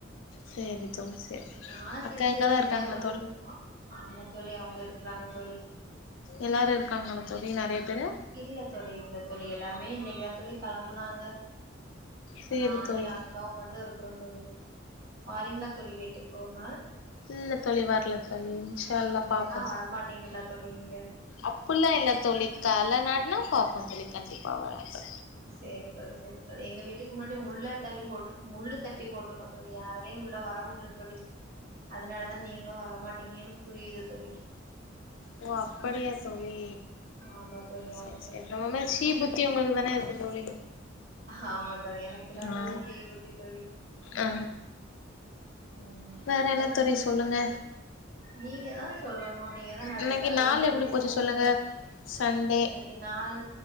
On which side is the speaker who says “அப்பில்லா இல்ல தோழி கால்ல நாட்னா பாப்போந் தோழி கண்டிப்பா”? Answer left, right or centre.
Left